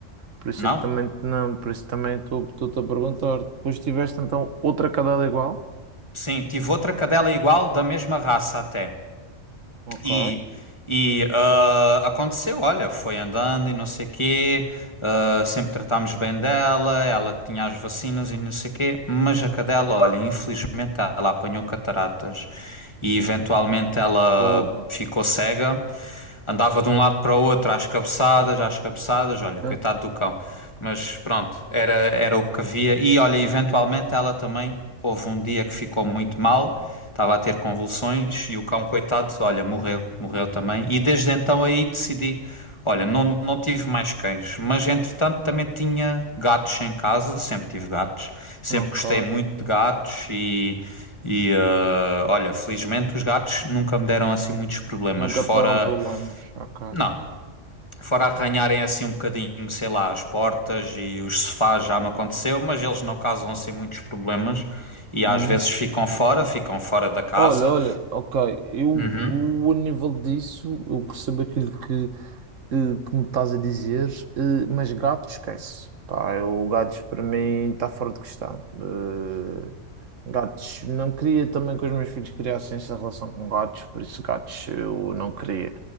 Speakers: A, on the right; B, on the left.
A: Por isso
B: não?
A: é que também não, por isso também estou estou-te a perguntar. Depois tiveste então outra cadela igual?
B: Sim, tive outra cadela igual, da mesma raça até.
A: Ok.
B: E, e ah, aconteceu, olha, foi andando e não sei quê, ah, sempre tratámos bem dela, ela tinha as vacinas e não sei quê, mas a cadela, olha, infelizmente ela apanhou cataratas e eventualmente ela
A: Porra.
B: ficou cega andava de um lado para o outro às cabeçadas, às cabeçadas, olha,
A: Hã?
B: coitado do cão. Mas pronto, era, era o que havia. E olha, eventualmente ela também, houve um dia que ficou muito mal, estava a ter convulsões e o cão, coitado, olha, morreu, morreu também. E desde então aí decidi, olha, não, não tive mais cães, mas entretanto também tinha gatos em casa, sempre tive gatos, sempre
A: Ok.
B: gostei muito de gatos e. E eh, olha, felizmente os gatos nunca me deram assim muitos problemas,
A: Nunca
B: fora
A: te deram problemas. Ok.
B: não. Fora arranharem assim um bocadinho, sei lá, as portas e os sofás já me aconteceu, mas eles não causam assim muitos problemas e às
A: Hum?
B: vezes ficam fora,
A: Ok.
B: ficam fora da casa.
A: Olha, olha, ok. Eu,
B: Uhum,
A: eu a nível disso, eu percebo aquilo que eh, que me estás a dizer, eh, mas gato esquece. Pá, eu, gatos para mim está fora de questão. Eh, gatos, não queria também que os meus filhos criassem essa relação com gatos, por isso gatos eu não queria.